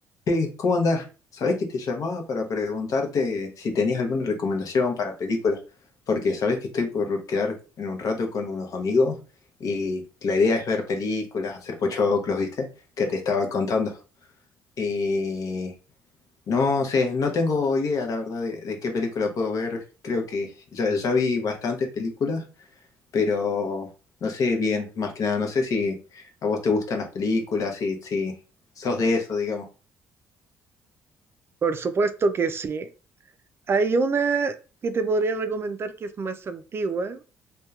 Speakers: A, on the left (about 60°); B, on the right (about 40°).
A: Hey, ¿cómo andás? Sabés que te llamaba para preguntarte si tenías alguna recomendación para películas, porque sabés que estoy por quedar en un rato con unos amigos y la idea es ver películas, hacer pochoclos, ¿viste? Que te estaba contando. Y no sé, no tengo idea, la verdad, de, de qué película puedo ver. Creo que ya, ya vi bastantes películas, pero no sé bien, más que nada, no sé si a vos te gustan las películas, si, si sos de eso, digamos.
B: Por supuesto que sí. Hay una que te podría recomendar que es más antigua,